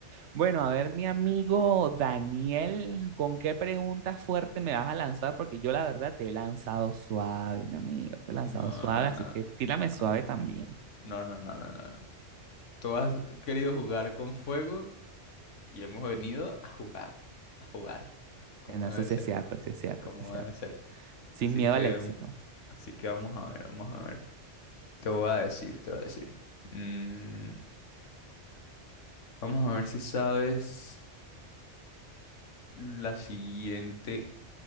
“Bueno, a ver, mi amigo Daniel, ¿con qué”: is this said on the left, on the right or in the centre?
Right